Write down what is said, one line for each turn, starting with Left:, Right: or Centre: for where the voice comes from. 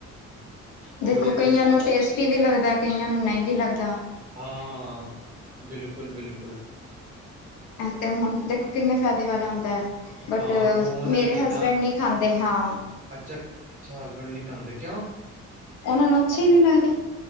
Right: ਹੋਰ
Left: ਦੇਖੋ,
Right: ਇਹਦੇ
Left: ਕਈਆਂ
Right: 'ਚ
Left: ਨੂੰ ਟੇਸਟੀ ਵੀ ਲੱਗਦਾ, ਕਈਆਂ ਨੂੰ ਨਹੀਂ ਵੀ ਲੱਗਦਾ।
Right: ਹਾਂ -ਹਾਂ, ਬਿਲਕੁਲ-ਬਿਲਕੁਲ।
Left: ਆਤੇ ਹੁਣ ਦੇਖੋ, ਕਿੰਨੇ ਫਾਇਦੇ ਵਾਲਾ ਹੁੰਦਾ। ਬਟ,
Right: ਹਾਂ ਖੂਨ
Left: ਮੇਰੇ
Right: ਜਿੱਦਾਂ
Left: ਹਸਬੈਂਡ ਨਹੀਂ ਖਾਂਦੇ ਹਾਂ।
Right: ਅੱਛਾ- ਅੱਛਾ, ਹਸਬੈਂਡ ਨਹੀਂ ਖਾਂਦੇ ਕਿਉਂ?
Left: ਇਹਨਾਂ ਨੂੰ ਅੱਛੇ ਹੀ ਨਹੀਂ ਲੱਗਦੇ।